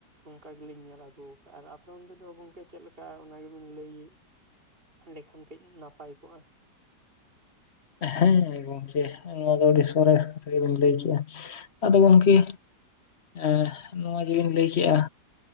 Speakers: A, on the right; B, on the left.
A: ᱚᱱᱠᱟ ᱜᱮᱞᱤᱧ ᱧᱮᱞ ᱟᱹᱜᱩ ᱠᱟᱜ-ᱟ ᱟᱨ ᱟᱯᱮ ᱚᱱᱛᱮ ᱫᱚ ᱜᱚᱝᱠᱮ ᱪᱮᱫᱞᱮᱠᱟ ᱚᱱᱟ ᱜᱮᱵᱤᱱ ᱞᱟᱹᱭ ᱞᱮᱠᱷᱟᱱ ᱠᱟᱹᱡ ᱱᱟᱯᱟᱭ ᱠᱚᱜᱼᱟ
B: ᱦᱮᱸ ᱜᱚᱝᱠᱮ ᱱᱚᱣᱟ ᱫᱚ ᱟᱹᱰᱤ ᱥᱚᱨᱮᱥ ᱠᱟᱛᱷᱟ ᱜᱮᱵᱤᱱ ᱞᱟᱹᱭ ᱠᱮᱜ-ᱟ ᱟᱫᱚ ᱜᱚᱝᱠᱮ ᱮ ᱱᱚᱣᱟ ᱡᱮᱵᱤᱱ ᱞᱟᱹᱭ ᱠᱮᱜᱼᱟ